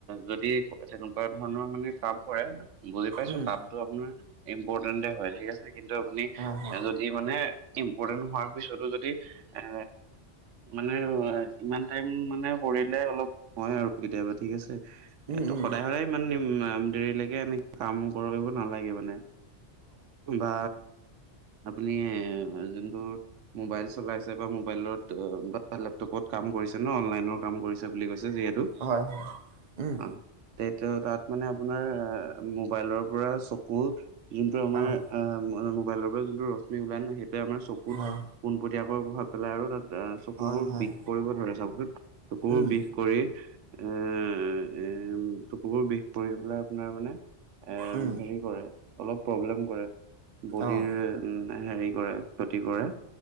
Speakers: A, on the right; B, on the right.
A: যদি তেনেকুৱা ধৰণৰ মানে কাম কৰে বুজি পাইছো
B: উম
A: কামটো আপোনাৰ ইম্পৰ্টেণ্টে হয়, ঠিক আছে, কিন্তু আপুনি
B: হয় হয়
A: এ যদি যদি মানে ইম্পৰ্টেণ্ট হোৱাৰ পিছতো যদি এ মানে ইমান টাইম মানে কৰিলে অলপ হয় আৰু কেতিয়াবা ঠিক আছে।
B: উম
A: এ, ত'
B: উম
A: সদায়-সদায় ইমান দেৰিলৈকে এনেকে কাম কৰিব নালাগে মানে বা আপুনি এ যোনটো মোবাইল চলাইছে বা মোবাইলত অ, বা লেপটপত কাম কৰিছে ন, অনলাইনৰ কাম কৰিছে বুলি কৈছে যিহেতু
B: অঁ হয় হয় উম
A: অ তে <unintelligible> তাত মানে আপোনাৰ এ মোবাইলৰ পৰা চকু যোনটো আমাৰ
B: অঁ
A: অ, মোবাইলৰ পৰা যোনটো ৰশ্মি ওলাই ন সেইটোৱে আমাৰ চকুত
B: হয়
A: পোনপটীয়াকৈ প্ৰভাৱ পেলাই, আৰু তাত চকু
B: হয়
A: বোৰ
B: হয়
A: বিষ কৰিব ধৰে, চাওকচোন চকু বোৰ
B: উম
A: বিষ কৰি <unintelligible> চকুবোৰ বিষ কৰি পেলাই আপোনাৰ মানে এ
B: উম
A: হেৰি কৰে, অলপ প্ৰব্লেম কৰে, বডিৰ
B: অঁ
A: উম, হেৰি কৰে, ক্ষতি কৰে।